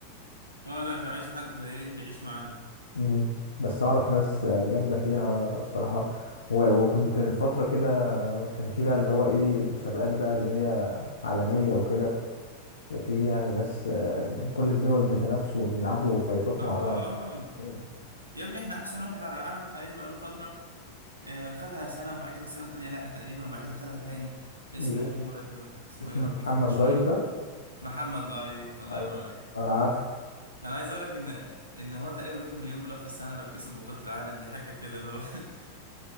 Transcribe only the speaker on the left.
مم. بس اعرف ناس آه، جامدة فيها بصراحة و- وكنت فترة كده كان في بقى اللي هو ايه مسابقات بقى اللي هي عالمية وكده في يعني ناس آه، من كل الدول بتنافسوا ويلعبوا فايتات
مع بعض
مم.
اللي اسمه
اسمه
محمد
لايت
ده
أيوة،
انا عارفه